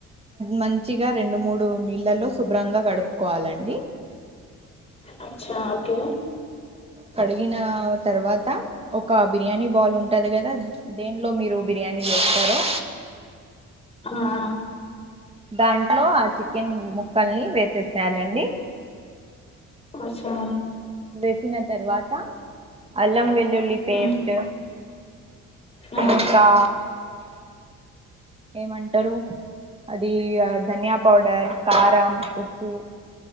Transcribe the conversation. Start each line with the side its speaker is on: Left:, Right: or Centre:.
Right: మంచిగా రెండు మూడు నీళ్ళలో శుభ్రంగా కడుకోవాలండి.
Left: ఆహ్ చాకు.
Right: కడిగిన తర్వాత ఒక బిర్యానీ బాల్ ఉంటది కదా దేనిలో మీరు. బిర్యానీ చేస్తారో.
Left: ఆహ్.
Right: దాంట్లో ఆ చికెన్ ముక్కల్ని వేసేసేయాలండి.
Left: కోంచం.
Right: వేసిన తర్వాత అల్లం వెల్లుల్లి పేస్ట్.
Left: ఉమ్ ఆ
Right: ఇంకా. ఏమంటారు. అది ఆహ్ ధనియా పౌడర్ కారం ఉప్పు.